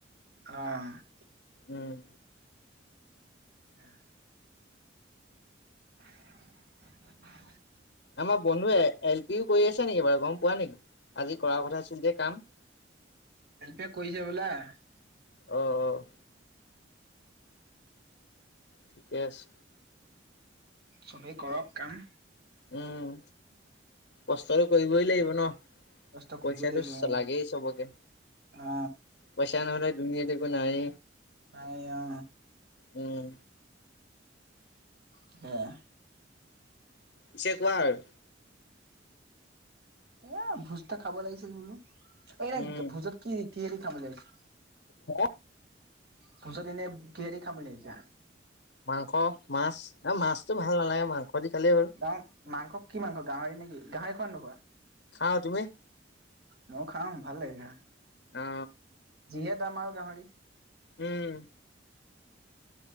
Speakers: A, on the right (about 55°); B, on the left (about 65°).
A: অ'!
B: উম!
A: <inaudible> <inaudible>
B: আমাৰ বন্ধুৱে এল পিও কৰি আছে নেকি বাৰু গম পোৱা নেকি? আজি কৰাৰ কথা আছিল যে কাম। <inaudible>
A: <unintelligible>
B: অ'! অ'! ঠিকে আছে।
A: চবেই কৰক কাম
B: উম কষ্টটো কৰিবই লাগিবই নহ?
A: কষ্ট কৰিবই
B: পইচাটো
A: লাগিব অ
B: লাগেই চবকে
A: অ
B: পইচা নহ'লে দুুনীয়াত একো নাই।
A: নাই অ
B: উম
A: সেয়া
B: এতিয়া কোৱা আৰু
A: এ ভোজটা খাব লাগিছিল বুলো এই
B: উম
A: ভোজত কি কি হেৰি খাম লাগিছিল
B: হ
A: ভোজত এনে কিহে'দি খাম বুলি ভাবিছা?
B: মাংস মাছ এ মাছতটো ভাল নালাগে মাংস দি খালেই হ'ল
A: গৱৰ মাংস কি মাংস গাহৰি নেকি গাহৰি খোৱা নোখোৱা?
B: খাওঁ তুমি?
A: ময় খাম ভাল লাগে য
B: অ
A: যিহে দাম আৰু গাহৰি
B: উম।